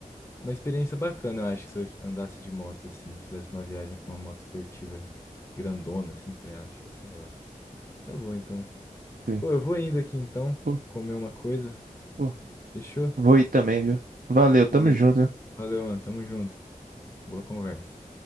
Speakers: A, on the left; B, on the right.
A: uma experiência bacana, eu acho, que se eu andasse de moto assim, fizesse uma viagem com uma moto esportiva grandona, assim, tá ligado? Acho que ia ser legal. Tá bom, então.
B: Sim.
A: Pô, eu vou indo aqui então,
B: Pô,
A: comer uma coisa.
B: pô.
A: Fechou?
B: Vou ir também, viu? Valeu, tamo
A: Beleza.
B: junto.
A: Valeu, mano. Tamo junto. Boa conversa.